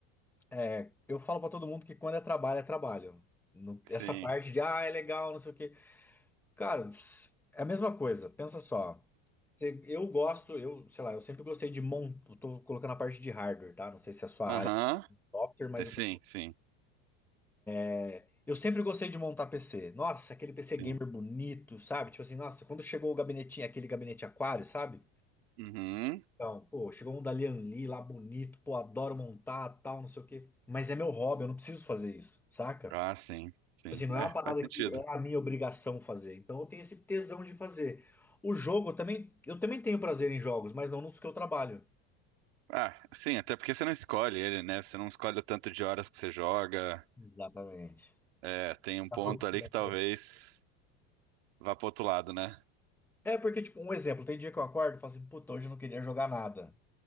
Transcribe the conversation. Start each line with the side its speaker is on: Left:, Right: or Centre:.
Centre: é, eu falo pra todo mundo que quando é trabalho, é trabalho. Não- essa
Right: Sim.
Centre: parte de, ah, é legal, não sei o quê. Cara, é a mesma coisa, pensa só. Cê- Eu gosto, eu, sei lá, eu sempre gostei de montar, tô colocando a parte de hardware, tá? Não sei se é a sua
Right: Aham.
Centre: área, software, mas
Right: Sim,
Centre: eu tô
Right: sim,
Centre: É, Eu sempre gostei de montar PC. Nossa, aquele PC
Right: sim.
Centre: gamer bonito, sabe? Tipo assim, nossa, quando chegou o gabinetinho, aquele gabinete aquário, sabe?
Right: Uhum.
Centre: Então, pô, chegou um da Lianli lá bonito, pô, adoro montar, tal, não sei o quê. Mas é meu hobby, eu não preciso fazer isso, saca?
Right: Ah,
Centre: Tipo
Right: sim, sim.
Centre: Assim, não
Right: É,
Centre: é uma parada
Right: faz sentido.
Centre: que é a minha obrigação fazer. Então eu tenho esse tesão de fazer. O jogo eu também, eu também tenho prazer em jogos, mas não nos que eu trabalho.
Right: Ah, sim, até porque você não escolhe ele, né? Você não escolhe o tanto de horas que você joga.
Centre: Exatamente.
Right: É, tem um
Centre: Tá
Right: ponto
Centre: por conta
Right: ali
Centre: da
Right: que talvez
Centre: saúde.
Right: vá pro outro lado, né?
Centre: É porque, tipo, um exemplo, tem dia que eu acordo e falo assim, puta, hoje eu não queria jogar nada.